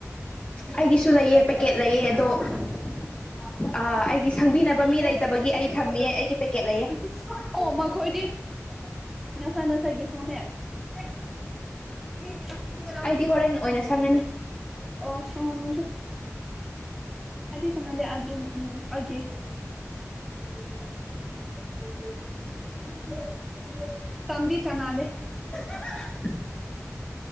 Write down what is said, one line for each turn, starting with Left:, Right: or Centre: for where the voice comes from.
Centre: <unintelligible>
Left: ꯑꯩꯒꯤꯁꯨ ꯂꯩꯑ ꯄꯦꯀꯦꯠ ꯂꯩꯑ ꯑꯗꯣ ꯑꯩꯒꯤ ꯁꯪꯕꯤꯅꯕ ꯃꯤ ꯂꯩꯇꯕꯒꯤ ꯑꯩ ꯊꯝꯃꯦ ꯑꯩꯒꯤ ꯄꯦꯀꯦꯠ ꯂꯩꯌꯦ
Centre: ꯑꯣ ꯃꯈꯣꯏꯗꯤ ꯅꯁꯥ ꯅꯁꯥꯏꯒꯤ ꯁꯥꯃꯦ <unintelligible>
Left: ꯑꯩꯗꯤ ꯍꯣꯔꯦꯟ ꯑꯣꯏꯅ ꯁꯪꯉꯅꯤ
Centre: ꯑꯣ <unintelligible> ꯎꯝ ꯍꯥꯏꯗꯤ ꯁꯃꯗꯦ ꯑꯗꯨꯝ ꯎꯝ ꯑꯗꯨꯒꯦ <unintelligible> ꯆꯥꯝꯗꯤ ꯆꯅꯥꯗꯦ
Left: <unintelligible>